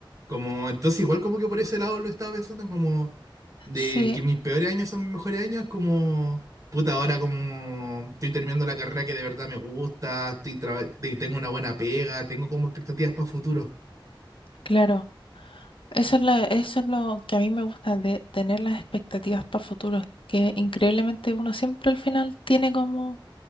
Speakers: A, on the right; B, on the left.
A: Como, entonces igual como que por ese lado lo estaba pensando como de
B: Sí,
A: que mis peores años son mis mejores años, es como, puta, ahora como estoy terminando la carrera que de verdad me gusta, estoy traba- de- tengo una buena pega, tengo como expectativas para futuro.
B: claro. Eso es lo, eso es lo que a mí me gusta de tener las expectativas para futuros, que increíblemente uno siempre al final tiene como